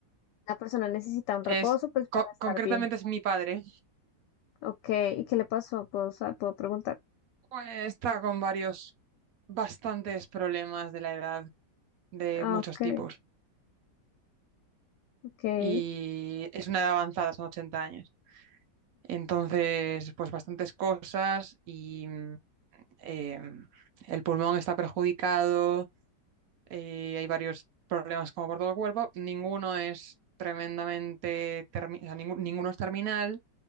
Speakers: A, on the left; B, on the right.
A: La persona necesita un
B: Es,
A: reposo, pues, para
B: co-
A: estar
B: concretamente
A: bien.
B: es mi padre.
A: Ok, ¿y qué le pasó? ¿Puedo, sa- puedo preguntar?
B: Pues está con varios, bastantes problemas de la edad, de
A: Ah,
B: muchos
A: ok,
B: tipos.
A: ok.
B: Y es una edad avanzada, son 80 años. Entonces, pues bastantes cosas y mm, eh, el pulmón está perjudicado, eh, hay varios problemas como por todo el cuerpo. Ninguno es tremendamente, termi- o sea, ningú- ninguno es terminal